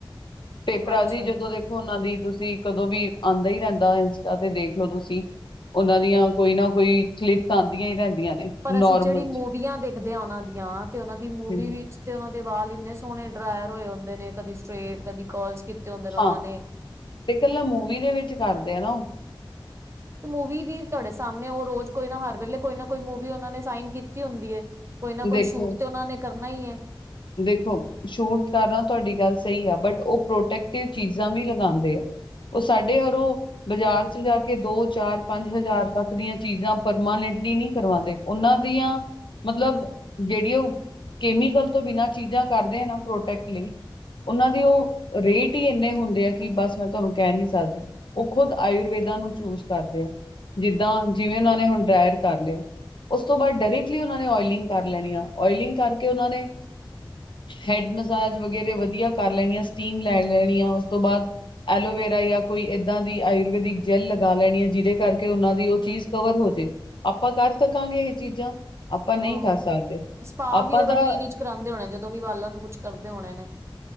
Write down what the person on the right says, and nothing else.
ਅੱਛਾ
ਜੀ
ਪਰ
ਅਸੀਂ ਜਿਹੜੀ ਮੂਵੀਆਂ
ਦੇਖਦੇ ਹਾਂ ਉਹਨਾਂ ਦੀਆਂ ਤੇ ਉਹਨਾਂ ਦੀ ਮੂਵੀ
ਵਿੱਚ ਉਹਨਾਂ ਦੇ ਵਾਲ ਇੰਨੇ ਸੋਹਣੇ ਡਰਾਇਰ ਹੋਏ ਹੁੰਦੇ ਨੇ ਕਦੀ ਸਟ੍ਰਰੇਟ ਕਦੀ ਕਲਸ ਕੀਤੇ ਹੁੰਦੇ ਨੇ ਉਹਨਾਂ
ਨੇ
ਤੇ ਮੂਵੀ ਵੀ ਤੁਹਾਡੇ ਸਾਮਣੇ ਓ ਰੋਜ਼ ਕੋਈ ਨਾ ਹਰ ਵੇਲੇ ਕੋਈ ਨਾ ਕੋਈ ਮੂਵੀ ਓਨਾ ਨੇ ਸਾਈਨ ਕੀਤੀ ਹੁੰਦੀ ਏ। ਕੋਈ ਨਾ ਕੋਈ
ਸ਼ੂਟ ਤੇ ਓਨਾ ਨੇ ਕਰਨਾ ਈ ਐ।
ਹਾਂ
ਸਪਾ
ਵੀ ਉਹ
ਰੂਟੀਨ ਵਿਚ ਕਰਾਉਂਦੇ ਹੋਣੇ ਜਦੋਂ ਵੀ ਵਾਲਾਂ ਨੂੰ ਕੁਛ ਕਰਦੇ ਹੋਣੇ ਨੇ